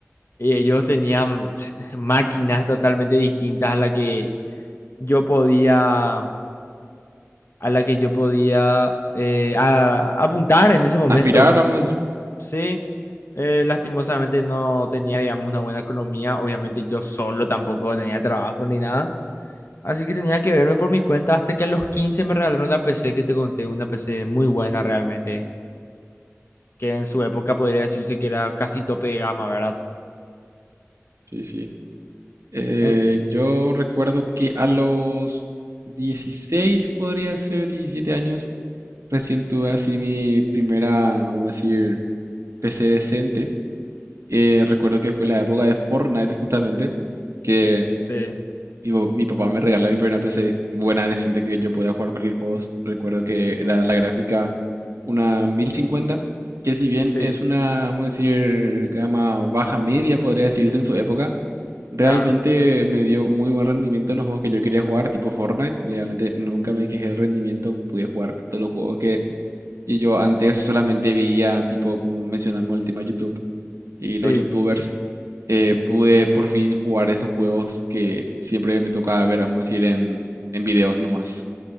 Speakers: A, on the left; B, on the right.
A: Y ellos tenían <sniffs> <tsk> máquinas totalmente distintas a la que yo podía, a la que yo podía eh, a- apuntar en ese momento.
B: Aspirar, vamos a decir.
A: Sí, eh, lastimosamente no tenía, digamos, una buena economía. Obviamente yo solo tampoco tenía trabajo ni nada. Así que tenía que verme por mi cuenta hasta que a los 15 me regalaron la PC que te conté, una PC muy buena realmente, que en su época podría decirse que era casi tope de gama, ¿verdad?
B: Sí, sí. Eh,
A: Eh,
B: yo recuerdo que a los 16, podría ser 17 años, recién tuve así mi primera, vamos a decir, PC decente. Eh, recuerdo que fue la época de Fortnite justamente, que
A: sí,
B: mi, pa- mi papá me regaló mi primera PC buena, decente, que yo podía jugar cualquier juego. Recuerdo que era la gráfica una 1050, que si bien
A: sí,
B: es una, vamos a decir, gama baja media, podría decirse en su época. Realmente
A: claro.
B: me dio muy buen rendimiento en los juegos que yo quería jugar, tipo Fortnite. Realmente nunca me quejé del rendimiento. Pude jugar todos los juegos que yo yo antes solamente veía, tipo, como mencionamos, el tema YouTube y los
A: Sí,
B: YouTubers. Eh, pude por fin jugar esos juegos que siempre me tocaba ver, vamos a decir, en, en videos nomás.